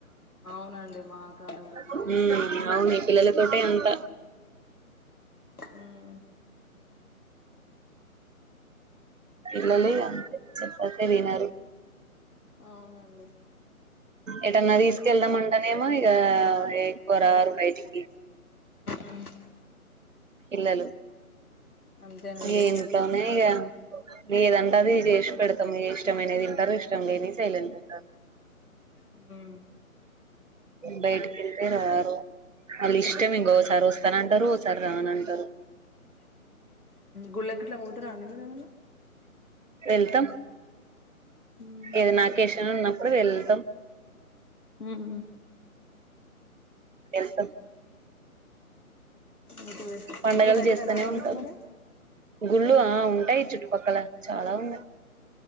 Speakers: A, on the left; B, on the right.
A: అవునండి. మా కాడ కూడా అట్లే
B: ఉమ్
A: చేస్తారు మా
B: అవును
A: పిల్లలు
B: ఈ
A: కూడా
B: పిల్లల తోటే అంత.
A: ఉమ్
B: పిల్లలే అంతే చెప్పందె వినరు.
A: అవునండి.
B: ఎటన్నా తీసుకెళ్దామంటెనేమో ఇగ ఎక్కువ రారు బయటికి.
A: ఉమ్
B: పిల్లలు
A: అంతేనండి
B: ఇగ ఇంట్లోనే ఇగ ఏదంట అది చేశి పెడతం ఇష్టమైనదింటరు, ఇష్టం లేనివి సైలెంట్ ఉంటరు.
A: ఉమ్
B: బయటికెళ్తే రారు. వాళ్ళ ఇష్టం ఇంగోసారి వొస్తనంటరు, ఓసారి రానంటరు.
A: గుల్ల గిట్ల పోతరా అండి మీరేమన్నా.
B: వెళ్తాం
A: ఉమ్
B: ఏదన్నా అకేషన్ ఉన్నప్పుడు వెళ్తాం.
A: ఉహు
B: ఎల్తం
A: మీకు
B: పండగలు
A: గుళ్ళు దగ్గరేనా
B: చేస్తనే
A: అండి
B: ఉంటరు.
A: మీకు మరి
B: గుళ్ళు ఆ ఉంటాయి చుట్టుపక్కల, చాలా ఉన్నయి.